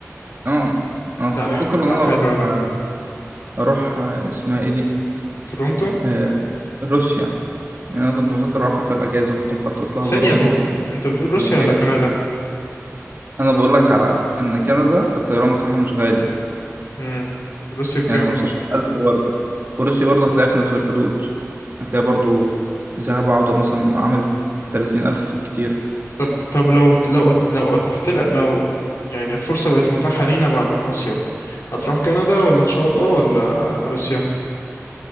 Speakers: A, on the right (about 45°); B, on the left (about 70°).
A: اه انا
B: لا
A: كنت بفكر ان
B: لا
A: انا
B: حلوة
A: اروح
B: دي
A: آه، اروح آه، اسمها ايه دي
B: تورونتو
A: آه روسيا يعني انا كنت بفكر اروحها في الاجازة كنت مخطط لها
B: ثانية
A: برضه
B: انت
A: انا و-
B: انت بتقول روسيا
A: وزياد
B: ولا كندا
A: وكده انا بقول لك على ان كندا الطيران بتاعها مش غالي
B: امم روسيا بكام
A: يعني 15000 برضه وروسيا برضه هتلاقيها في نفس الحدود هتلاقيها برضه ذهاب وعودة مثلا عامل 30000 كتير
B: طب طب لو لو لو اتحت لك لو يعني الفرصة بقت متاحة لينا بعد المصيف هتروح كندا ولا ان شاء الله ولا روسيا